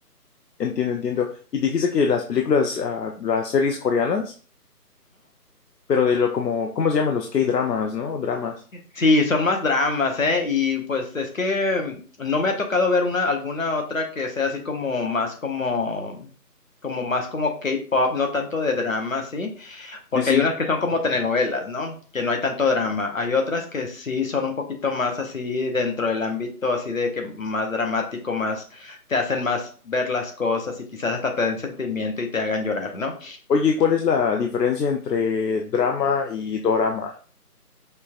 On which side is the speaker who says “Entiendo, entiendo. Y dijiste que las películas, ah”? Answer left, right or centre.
Left